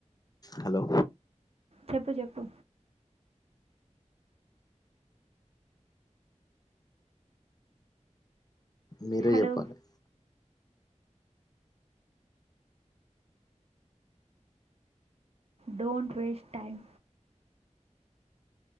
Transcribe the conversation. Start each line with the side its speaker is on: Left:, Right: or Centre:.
Left: హలో
Right: చెప్పు చెప్పు
Left: మీరే
Right: హలో
Left: చెప్పాలి
Right: డోంట్ వేస్ట్ టైమ్